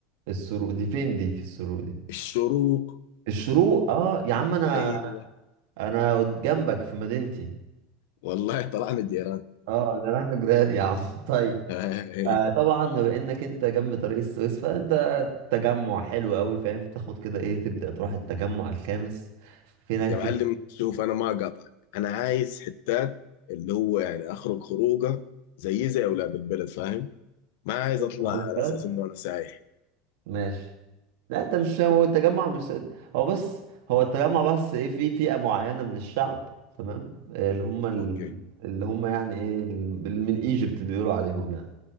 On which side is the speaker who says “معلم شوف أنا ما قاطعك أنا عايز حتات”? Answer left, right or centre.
Left